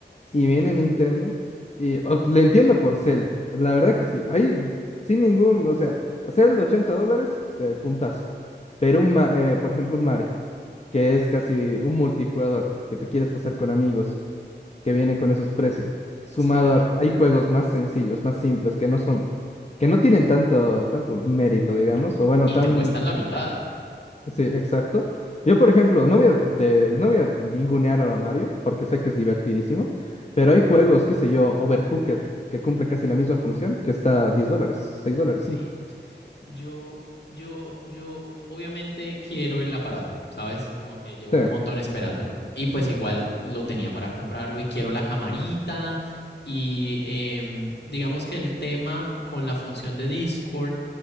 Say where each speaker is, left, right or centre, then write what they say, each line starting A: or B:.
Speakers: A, on the left (about 70°); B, on the left (about 35°).
A: Sí.
B: y viene Nintendo, y o- le entiendo por Zelda, la verdad que sí, ahí sin ningún, o sea, Zelda 80 dólares, pero puntazo. Pero un, ma- eh, por ejemplo, un Mario, que es casi un multijugador, que te quieres
A: mm,
B: pasar con amigos que viene con esos precios. Sumado
A: Sí.
B: a, hay juegos más sencillos, más simples, que no son, que no tienen tanto, tanto mérito, digamos,
A: Y,
B: o bueno,
A: y
B: tan,
A: te cuestan la mitad.
B: sí, exacto. Yo, por ejemplo, no voy a, de, no voy a ningunear a Mario, porque sé que es divertidísimo, pero
A: Ajá.
B: hay juegos, qué sé yo, Overcooked, que cumple casi la misma
A: Uf,
B: función, que está a 10 dólares, 6 dólares,
A: sí.
B: cinco
A: Yo, yo, yo obviamente quiero el aparato, ¿sabes? Como que llevo
B: Sí,
A: un montón esperándolo. Y pues igual lo tenía para comprarlo y quiero la camarita. Y em, digamos que el tema con la función de Discord